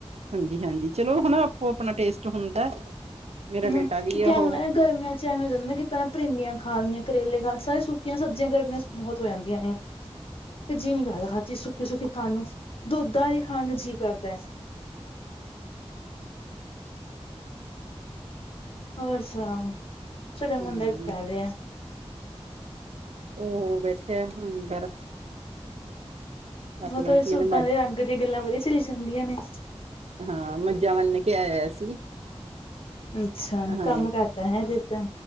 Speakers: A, on the right; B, on the left.
A: ਹਾਂਜੀ-ਹਾਂਜੀ, ਚਲੋ ਹਣਾ, ਆਪੋ-ਆਪਣਾ ਟੇਸਟ ਹੁੰਦਾ। ਮੇਰਾ
B: ਹੂੰ,
A: ਬੇਟਾ ਵੀ
B: ਤੇ
A: ਉਹ
B: ਕਿਆ ਹੋ ਨਾ ਗਰਮੀਆਂ'ਚ ਹੋ ਜਾਂਦਾ ਨਾ ਕਿ, ਪਹਿਲਾਂ ਪਰਿੰਡੀਆਂ ਖਾਲੀਆਂ, ਕਰੇਲੇ ਖਾਲੇ, ਸਾਰੇ ਸੁੱਕੀਆਂ ਸਬਜ਼ੀਆਂ ਗਰਮੀਆਂ'ਚ ਬਹੁਤ ਹੋ ਜਾਂਦੀਆਂ ਨੇ। ਤੇ, ਜੀਅ ਨੀ ਕਰਦਾ ਹਰ ਚੀਜ਼ ਸੁੱਕੀ-ਸੁੱਕੀ ਖਾਣ ਨੂੰ, ਦੁੱਧ ਵਾਲੀ ਖਾਣ ਨੂੰ ਜੀਅ ਕਰਦਾ ਐ‌। ਹੋਰ ਸੁਣਾਓ। ਸਾਡਾ
A: ਹਮ,
B: ਮੁੰਡਾ ਕੀ ਕਰ ਰਿਹਾ
A: ਉਹ ਬੈਠਿਆ ਅੰਦਰ। ਆਪਣਾ
B: ਉਹ ਥੋੜੇ
A: ਕੀ
B: ਸੂਟਾਂ
A: ਇਹਨੇ ਮੱਝ
B: ਦੇ ਰੰਗ ਦੀਆਂ ਗੱਲਾਂ ਵਧੀਆ ਸਲੀ ਸੁਦੀਆਂ ਨੇ।
A: ਹਾਂ, ਮੱਝਾਂ ਵੱਲ ਨੇ ਕਿਆਇਆ ਸੀ।
B: ਅੱਛਾ!
A: ਹਾਂ
B: ਕੰਮ ਕਰਦਾ ਹੈ ਫਿਰ ਤਾਂ।